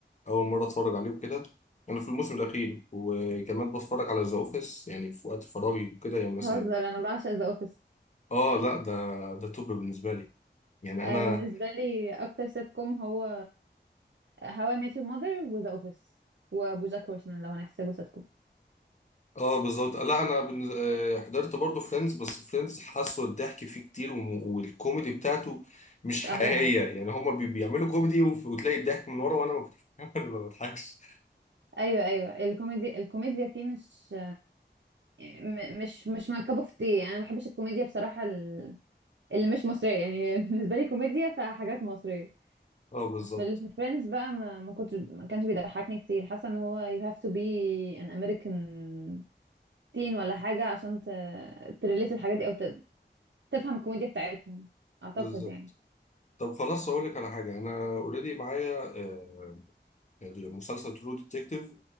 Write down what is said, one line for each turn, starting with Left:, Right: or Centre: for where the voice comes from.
Left: اول مره اتفرج عليه وكده انا في الموسم الاخير وكمان بتفرج على ذا اوفيس يعني في وقت فراغي وكده يعني
Right: بتهزر
Left: مثلا
Right: انا بعشق ذا اوفيس
Left: اه لا ده ده توب بالنسبه لي يعني
Right: آه
Left: انا
Right: بالنسبه لي اكتر سيت كوم هو هاو اي ميت يور ماذر وذا اوفيس وبوجاك هورسمان لو هنحسبه سيت كوم
Left: اه بالظبط لا انا بالنز... آه، حضرت برضو فريندز بس فريندز حاسه الضحك فيه كتير وم... والكوميدي بتاعته مش حقيقيه
Right: احلى حاجه
Left: يعني هما بي... بيعملوا كوميدي وف... وتلاقي الضحك من ورا وانا ما بت- <laughs> أنا ما بضحكش
Right: ايوه ايوه الكوميدي الكوميديا فيه مش م- مش مش ماي كاب اوف تي انا ما بحبش الكوميديا بصراحه ال- اللي مش مصريه يعني <laughs> بالنسبه لي كوميديا فحاجات مصريه
Left: اه بالظبط
Right: في فريندز بقى ما ما كنتش ما كانش بيضحكني كتير حاسه ان هو you have to be an American teen ولا حاجه عشان ت- تريليت الحاجات دي او تفهم الكوميديا بتاعتهم اعتقد
Left: بالظبط
Right: يعني
Left: طب خلاص اقول لك على حاجه انا اوريدي معايا آه، مسلسل ترو ديتكتيف